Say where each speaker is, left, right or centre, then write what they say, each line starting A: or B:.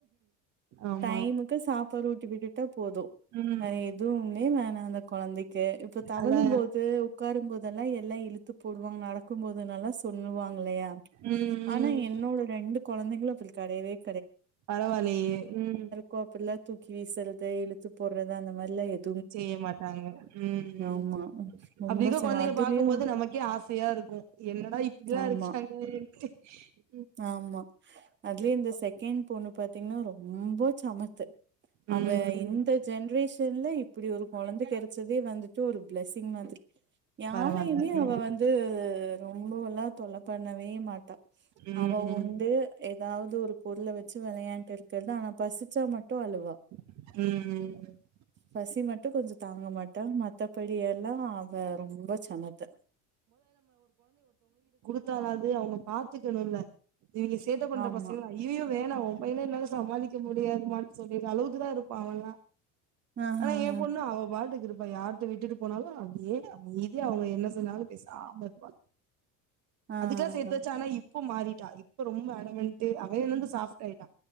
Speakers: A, on the right (about 60°); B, on the right (about 35°).
A: ஆம்
B: டைமுக்கு சாப்பாடு ஊட்டி விட்டுட்டா போது
A: ம்
B: வேற எதுவும் மே வேணா அந்த கொழந்தைக் க இப்ப தவழும்
A: அதா
B: போது உட்காரும் போத் அதெல்லா எல்லா இழுத்து போடுவாங்க. நடக்கும் போதுனெல்லா சொல்லுவாங்கல்லயா?
A: ம்
B: ஆனா
A: ம்
B: என்னோட ரெண்டு குழந்தைங்களோ அப்படி கடயயே கிடையாது
A: பரவாயில்லையே ம்
B: கோப்ப எல்லாம் தூக்கி வீசறது இழுத்து போடுறது அந்த மாதிர எல்லாம் எது
A: செய்ய மாட்டாங்க உஹம்
B: ஆமா ரொம்ப
A: அப்படிதான்
B: சம
A: குழந்தைங்க
B: அதுலயு
A: பார்கும்போது நமக்கே ஆசையா இருக்கும் என்னடா இப்படிதான்
B: ஆமா
A: இருக்காங்க <unintelligible>
B: ஆமா அதுலயே இந்த செகண்ட் பொண்ணு பாத்தீங்கன்னா ரொம்ப சமத்து
A: ம்
B: அவ
A: ம்
B: இந்த ஜென்ரேஷன்ல இப்படி ஒரு குழந்தை கடைச்சதே வந்துட்டு ஒரு பிளஸ்மி மாரி யாரையுமே
A: பரவால்ல ம்
B: அவ வந்து ரொ இவ்ளோ எல்லா தொல்ல பண்ணவே மாட்டா
A: ம்
B: அவ
A: ம்
B: உந்து ஏதாவது ஒரு பொருள வச்சு வெளையான்ட்டு இருக்கறத ஆனா பசிச்சா மட்டு அழுவா
A: உஹ்ம் உம்
B: பசி மட்டு கொஞ்ச தாங்க மாட்டா மத்தப் படியெல்லா அவ ரொம்ப சமத்து
A: த்தாவாது அவங்க பாத்துக்கணுல்ல இவிங்க சேட்ட பண்ற
B: ஆமா
A: பசங்களா ஐயய்யோ வேணா மொபைலே இல்லாத சமாளிக்க முடியாது மான் சொல்லிற அளவுக்குதா இருப்பா அவல்லா
B: ஆஹஹ
A: ஆனா ஏ பொண்ணு அவ பாட்டுக்கு இருப்பா யாருட்ட விட்டுட்டு போனாலு அப்டியே அமைதியா அவங்க என்ன சொன்னாலு பேசாம இருப்பா
B: ஆஹஹ
A: அதுக்கெல்லா சேத்து வச்சு ஆனா இவ் இப்ப மாறிட்டா இப்ப ரொம்ப அடமன்ட்டு அவ என்னந்து சாஃப்ட் ஆயிட்டா